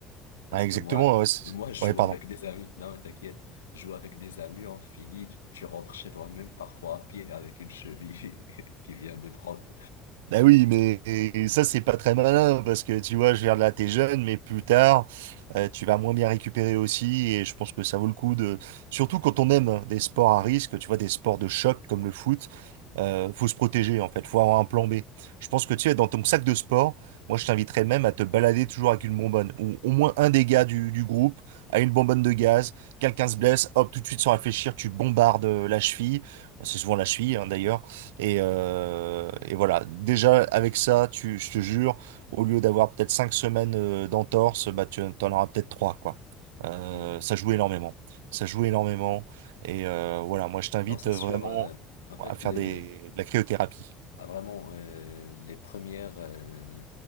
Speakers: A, on the left; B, on the right.
A: Parce
B: Ouais, exactement.
A: que moi, je-
B: ouais, c'est-
A: moi, je
B: ouais,
A: joue
B: pardon.
A: avec des amis. Non, mais t'inquiète. Je joue avec des amis, on finit. Tu tu rentres chez toi même parfois à pied avec une cheville <laughs> qui vient de prendre.
B: Bah oui, mais ça, c'est pas très malin parce que tu vois, je veux dire, là, t'es jeune, mais plus tard, euh, tu vas moins bien récupérer aussi. Et je pense que ça vaut le coup de. Surtout quand on aime des sports à risque, tu vois, des sports de choc comme le foot, euh, faut se protéger en fait, faut avoir un plan B. Je pense que tu es dans ton sac de sport, moi, je t'inviterais même à te balader toujours avec une bonbonne ou au moins un des gars du, du groupe a une bonbonne de gaz. Quelqu'un se blesse, hop, tout de suite sans réfléchir, tu bombardes euh, la cheville. Bah, C'est souvent la cheville, hein, d'ailleurs. Et, euh, et voilà, déjà avec ça, tu, je te jure, au lieu d'avoir peut-être cinq semaines euh, d'entorse, bah tu en auras peut-être trois, quoi. Euh,
A: Hmm.
B: ça joue énormément. Ça joue énormément. Et euh, voilà, moi je t'invite
A: Non, c'est
B: vraiment
A: sûr. euh, en fait,
B: à faire
A: le,
B: des, de la cryothérapie.
A: Ah, vraiment, euh, les premières euh,